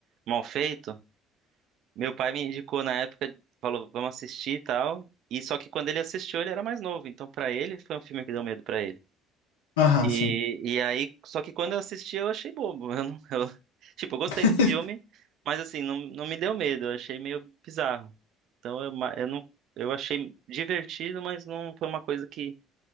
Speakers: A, on the right; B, on the left.
A: mal feito, meu pai me indicou na época, falou, vamos assistir e tal. E só que quando ele assistiu, ele era mais novo. Então, pra ele, foi um filme que deu medo pra ele.
B: Aham,
A: E,
B: sim.
A: e aí, só que quando eu assisti, eu achei bobo. <laughs> Eu não- eu- <laughs> tipo, eu gostei
B: <laughs>
A: do filme, mas assim, não, não me deu medo, eu achei meio bizarro. Então eu, ma- eu não, eu achei divertido, mas não foi uma coisa que,